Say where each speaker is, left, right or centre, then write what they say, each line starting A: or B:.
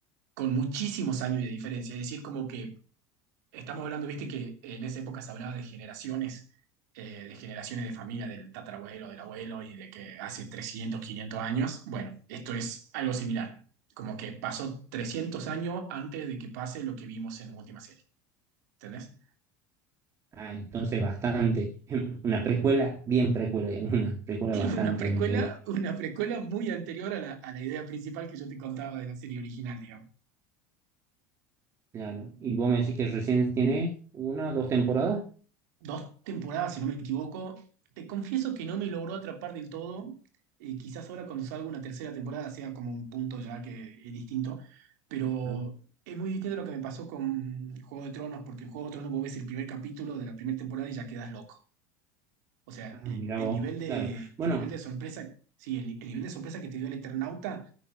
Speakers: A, on the right; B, on the right.
A: con muchísimos años de diferencia. Es decir, como que estamos hablando, viste, que en esa época se hablaba de generaciones, eh, de generaciones de familia, del tatarabuelo, del abuelo, y de que hace 300, 500 años. Bueno, esto es algo similar. Como que pasó 300 años antes de que pase lo que vimos en la última serie. ¿Entendés?
B: Ah, entonces bastante, <laughs> una precuela, bien precuela, <laughs> digamos, una precuela
A: <laughs>
B: bastante
A: Una precuela,
B: anterior.
A: una precuela muy anterior a la, a la idea principal que yo te contaba de la serie original, digamos.
B: Claro. Y vos me decís que recién tiene una, dos temporadas.
A: Dos temporadas, si no me equivoco. Te confieso que no me logró atrapar del todo. Eh, quizás ahora cuando salga una tercera temporada sea como un punto ya que es distinto, pero
B: Ah,
A: es muy distinto a lo que me pasó con Juego de Tronos, porque en Juego de Tronos vos ves el primer capítulo de la primera temporada y ya quedas loco. O sea,
B: ah,
A: el,
B: mirá
A: el
B: vos,
A: nivel de,
B: claro. Bueno,
A: el nivel de sorpresa, sí, el, el nivel de sorpresa que te dio el Eternauta